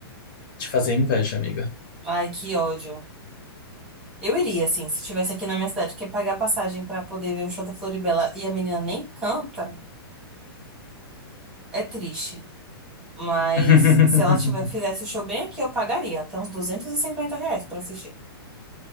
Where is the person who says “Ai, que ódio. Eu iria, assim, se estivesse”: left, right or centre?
Centre